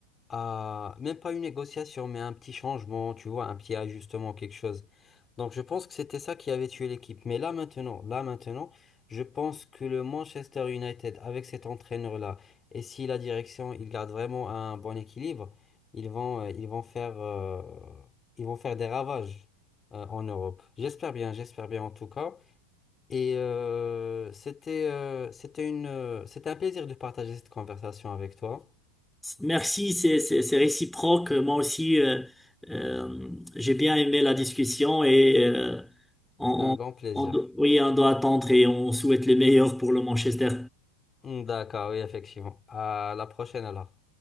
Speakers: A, on the left; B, in the centre.
A: à, même pas une négociation, mais un petit changement, tu vois, un petit ajustement, quelque chose. Donc je pense que c'était ça qui avait tué l'équipe. Mais là maintenant, là maintenant, je pense que le Manchester United avec cet entraîneur-là, et si la direction il garde vraiment un bon équilibre, ils vont euh, ils vont faire euh, ils vont faire des ravages euh, en Europe. J'espère bien, j'espère bien en tout cas. Et euh, c'était euh, c'était une euh, c'était un plaisir de partager cette conversation avec toi.
B: Merci, c'est c'est- c'est réciproque. Moi aussi, euh, euh, j'ai bien aimé la discussion et euh, on,
A: C'était un
B: on-
A: grand plaisir.
B: on do- oui, on doit attendre et on souhaite le meilleur pour le Manchester.
A: D'accord, oui, effectivement. À la prochaine alors.